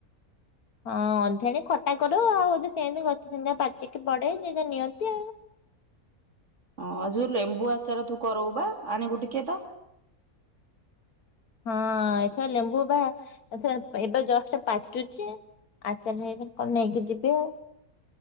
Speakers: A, on the left; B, on the right.
A: ହଁ ଅଧାଣି ଖଟା କର ଆଉଧି ସେମିତି ଗଛ ସେମିତିକା ପାଚିକି ପଡେ ଯଟ ନିଅନ୍ତି ଆଉ।
B: ହଁ ଆଉ ଯୋଉ ଲେମ୍ବୁ ଆଚାର ତୁ କରାଉ ବା ଆଣିବୁ ଟିକେ ତ।
A: ହଁ ଏଥର ଲେମ୍ବୁ ବା ଏଥ ଏବେ ଜଷ୍ଟ ପାଚୁଛି। ଆଚାର ହେଇଲେ କଣ ନେଇକି ଯିବି ଆଉ